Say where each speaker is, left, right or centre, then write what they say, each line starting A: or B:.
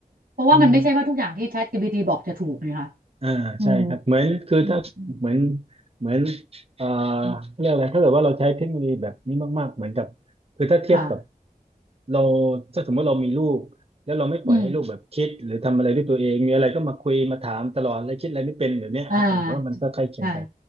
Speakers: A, on the right; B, on the right.
A: เพราะว่ามันไม่ใช่ว่าทุกอย่างที่
B: อืม
A: ChatGPT บอกจะถูกไงคะ
B: อ่าใช่ครับเหมือนคือถ้าเหมือน
A: อืมอืมอืม
B: เหมือนเอ่อ
A: อืม
B: เรียกอะไรถ้าเกิดว่าเราใช้เทคโนโลยีแบบนี้มากๆเหมือนกับคือถ้าเทียบกับ
A: ค่ะ
B: เราถ้าสมมติเรามีลูกแล้วเราไม่ปล่อยให้ลูกแบบคิดหรือทำอะไรด้วยตัวเองมีอะไรก็มาคุยมาถามตลอดอะไรคิดอะไรไม่เป็นแบบเนี้ยครับผมว่ามันก็ใกล้เคียงกัน
A: อืม อ่าใช่